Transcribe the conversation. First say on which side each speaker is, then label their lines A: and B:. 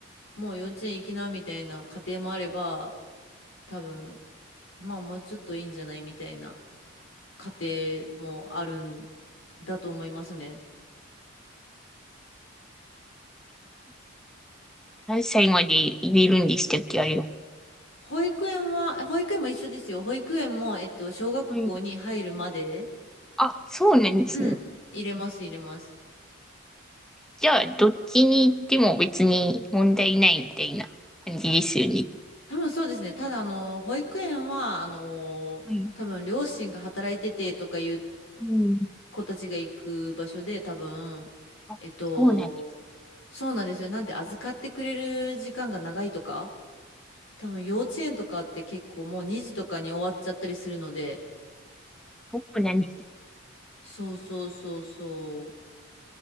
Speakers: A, on the left (about 75°); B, in the centre.
A: もう幼稚園行きなみたいな家庭もあれば、多分、まあもうちょっといいんじゃないみたいな。家庭もあるんだと思いますね。
B: 何歳まで入れるんでしたっけ、あれは。
A: 保育園は、保育園も一緒ですよ。保育園も、えっと、小学校に入るまで、
B: はいあ、そうなんですね。
A: うん、入れます、入れます。
B: じゃあ、どっちに行っても別に問題ないみたいな感じですよね。
A: 多分そうですね。ただ、あの、保育園は、あの、
B: はい。
A: 多分両親が働いててとかいう
B: うん。
A: 子たちが行く場所で、多分、
B: あ、
A: えっと、
B: そうなんです。
A: そうなんですよ。なんで預かってくれる時間が長いとか、多分幼稚園とかって結構もう2時とかに終わっちゃったりするので、
B: そうなんですね。
A: そうそうそうそう。